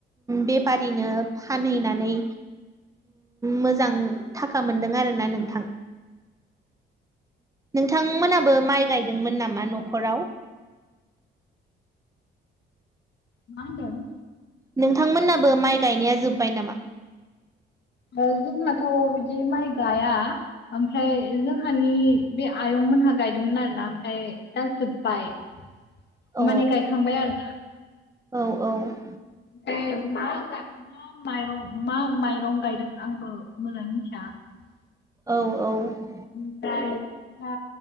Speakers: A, on the right; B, on the left.
A: बेफारिनो फानहैनानै मोजां था खा मोन आरोोना नोंथ नोंथांमोनाबो माइ गायदोंमोन नामा न'खराव?
B: माहोनदों?
A: नोंथांमोननाबो माइ गायनाया जोब्बाय नामा?
B: जोंहाथ' बिदि माइ गाया ओमफ्राय जोंहानि बे आयं नोंथमोनहा गायदोंमोन आरो ना ओमफ्राय दा जोब्बाय ।
A: अ
B: माने गायखांबाय आरोना ।
A: औ औ ।
B: ओफ्राय मा मा माइरं मा माइरं गायदों आंबो मोजाङै मिथिया । आ ।
A: औ औ ।
B: ओमफ्राय दा